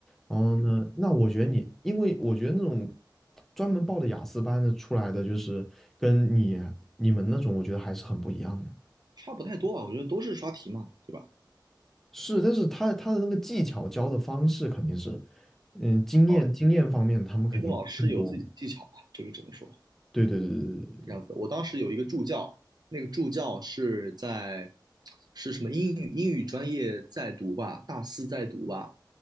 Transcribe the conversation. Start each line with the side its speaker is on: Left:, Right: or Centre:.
Centre: 然后呢，那我觉得你，因为我觉得那种专门报的雅思班的出来的，就是跟你你们那种，我觉得还是很不一样的。
Right: 差不太多吧，我觉得都是刷题嘛，对吧？
Centre: 是，但是他他的那个技巧教的方式肯定是，嗯，经验经验方面他们肯定更多嘛
Right: 哦，每个老师有自己的技巧吧，这个只能说
Centre: 对对对对对对对对。
Right: 是这样子。我当时有一个助教，那个助教是在是什么英语英语专业在读吧，大四在读吧，